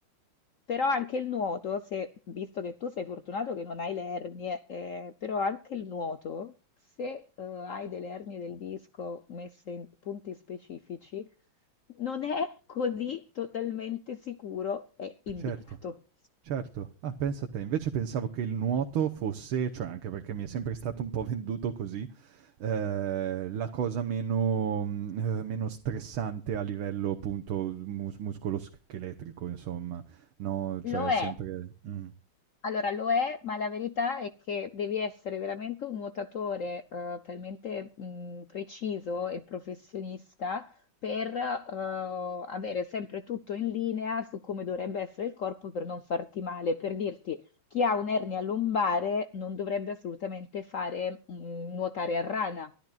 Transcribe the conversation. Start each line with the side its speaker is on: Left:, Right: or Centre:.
Left: Però anche il nuoto, se, visto che tu sei fortunato che non hai le ernie, eh, però anche il nuoto, se eh, hai delle ernie del disco messe in punti specifici, non è così totalmente sicuro e indicato.
Right: certo. Certo, ah pensa te, invece pensavo che il nuoto fosse, cioè anche perché mi è sempre stato un po' <laughs> venduto così eh, la cosa meno, mm, eh, meno stressante a livello appunto mus- muscoloscheletrico, insomma, no? Cioè
Left: Lo è.
Right: sempre... Mh.
Left: Allora lo è, ma la verità è che devi essere veramente un nuotatore eh, talmente mh, preciso e professionista per eh, avere sempre tutto in linea su come dovrebbe essere il corpo per non farti male. Per dirti, chi ha un'ernia lombare non dovrebbe assolutamente fare mh, nuotare a rana.